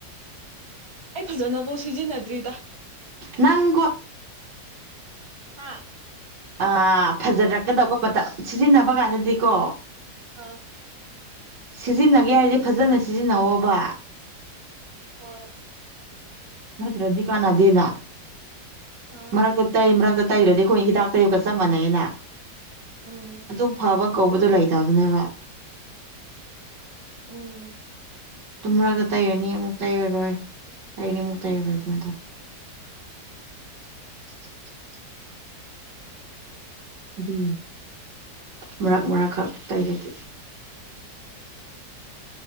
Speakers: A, on the right (about 15°); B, on the right (about 75°).
A: ꯑꯩ ꯐꯖꯅꯕꯧ ꯁꯤꯖꯤꯟꯅꯗ꯭ꯔꯤꯗ
B: ꯅꯪꯒꯣ
A: ꯑꯥ
B: ꯑ ꯐꯖꯔꯛꯀꯗꯧꯕ ꯃꯇꯝ ꯁꯤꯖꯤꯟꯅꯕ ꯀꯥꯟꯗꯗꯤꯀꯣ
A: ꯑꯥ
B: ꯁꯤꯖꯤꯟꯅꯒꯦ ꯍꯥꯏꯔꯗꯤ ꯐꯖꯅ ꯁꯤꯖꯤꯟꯅꯧꯋꯣꯕ
A: ꯍꯣꯢ
B: ꯅꯠꯇ꯭ꯔꯗꯤ ꯀꯥꯅꯗꯦꯅꯥ
A: ꯑ
B: ꯃꯔꯇ ꯇꯩꯕ꯭ꯔꯇ ꯇꯩꯔꯗꯤ ꯈꯣꯏ ꯍꯤꯗꯥꯛ ꯇꯩꯕꯀ ꯆꯞ ꯃꯥꯟꯅꯩ ꯌꯦꯅ
A: ꯎꯝ
B: ꯑꯗꯨꯝ ꯐꯕ ꯀꯧꯕꯗꯨ ꯂꯩꯇꯕꯅꯦꯕ
A: ꯏꯪ
B: ꯇꯨꯝꯔꯒ ꯇꯩꯔꯅꯤ ꯑꯃꯨꯛ ꯇꯩꯔꯔꯣꯏ ꯇꯩꯅꯤ ꯑꯃꯨꯛ ꯇꯥꯏꯔꯔꯣꯏ ꯑꯗꯨꯃꯥꯏꯅ ꯇꯧ <inaudible> ꯑꯗꯨ ꯃꯔꯛ ꯃꯔꯛ ꯈꯛ ꯇꯩꯕꯒꯤ